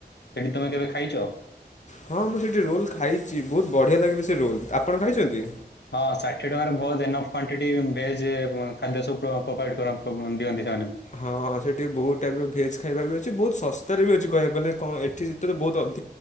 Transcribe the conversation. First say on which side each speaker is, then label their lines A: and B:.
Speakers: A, on the left; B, on the left.
A: ସେଠି ତମେ କେବେ ଖାଇଚ?
B: ହଁ ମୁଁ ସେଇଠି ରୋଲ୍ ଖାଇଚି ବହୁତ୍ ବଢ଼ିଆ ଲାଗେ ବି ସେ ରୋଲ୍ -ଆପଣ ଖାଇଚନ୍ତି?
A: ହଁ ଷାଠିଏ ଟଙ୍କାରେ ବହୁତ୍ ଏନଫ୍ କ୍ଵାଣ୍ଟିଟି ଭେଜ୍ ଖାଦ୍ୟ ସବୁ ପ୍ରୋଭାଇଡ ଦିଅନ୍ତି ସେମାନେ
B: ହଁ ସେଠି ବହୁତ୍ ଟାଇପ୍ ର ଭେଜ୍ ଖାଇବା ବି ଅଛି ବହୁତ୍ ଶସ୍ତାରେ ବି ଅଛି କହିବାକୁ ଗଲେ କଁ ଏଠି ବହୁତ୍ ଅ